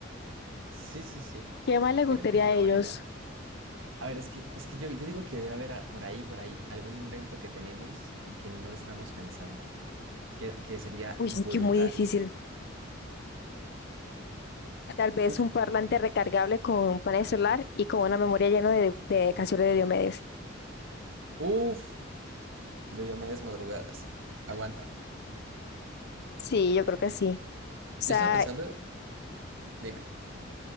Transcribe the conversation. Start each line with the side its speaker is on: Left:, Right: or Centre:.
Right: Sí, sí, sí.
Left: ¿Qué más les
Right: Yo
Left: gustaría
Right: creo que es
Left: a
Right: una
Left: ellos?
Right: buena idea. A ver, es que, es que yo, yo digo que debe haber a- por ahí, por ahí, algún invento que tenemos y que no estamos pensando, que, que sería
Left: Uy,
Right: brutal.
Left: es que muy difícil. Tal vez
Right: Uf,
Left: un parlante recargable con un panel solar y con una memoria llena de, de canciones de Diomedes.
Right: uf, de Diomedes Madrugadas. Aguanta.
Left: Sí, yo creo que sí. O sea,
Right: Yo estaba pensando,
Left: o
Right: dime,